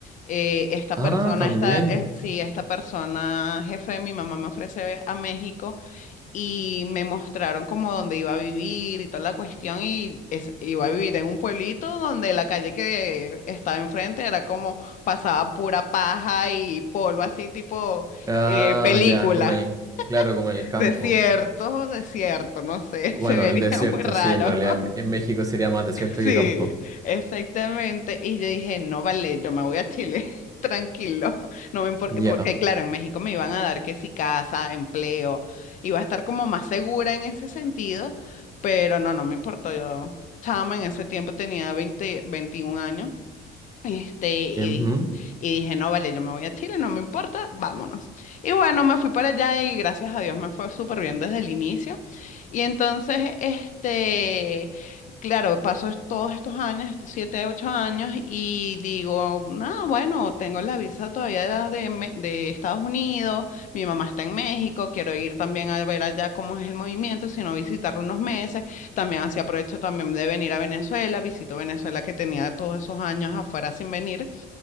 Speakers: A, on the left (about 50°); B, on the right (about 20°).
A: Eh, esta
B: Ah,
A: persona,
B: también.
A: esta, eh, sí, esta persona, jefe de mi mamá, me ofrece a México y me mostraron como dónde iba a vivir y toda la cuestión y es- iba a vivir en un pueblito donde la calle que estaba enfrente era como pasaba pura paja y polvo así tipo
B: Ah,
A: eh, película.
B: ya, como el,
A: <laughs>
B: claro, como en el campo.
A: Desierto, desierto, no sé,
B: Bueno,
A: <laughs> se vería
B: el desierto,
A: muy raro.
B: sí, en realidad en, en México sería más desierto
A: Sí,
B: que campo.
A: exactamente. Y yo dije, no vale, yo me voy a Chile, <laughs> tranquilo. No me importa,
B: Ya.
A: porque claro, en México me iban a dar que si casa, empleo, iba a estar como más segura en ese sentido, pero no, no me importó. Yo, chama, en ese tiempo tenía 20, 21 años este, y,
B: y- ujú,
A: y dije, no, vale, yo me voy a Chile, no me importa, vámonos. Y bueno, me fui para allá y gracias a Dios me fue súper bien desde el inicio. Y entonces, este, claro, pasó es- todos estos años, estos siete, ocho años, y digo, no, bueno, tengo la visa todavía de, Me- de Estados Unidos, mi mamá está en México, quiero ir también a ver allá cómo es el movimiento, sino visitarlo unos meses también así aprovecho también de venir a Venezuela, visito Venezuela que tenía todos esos años afuera sin venir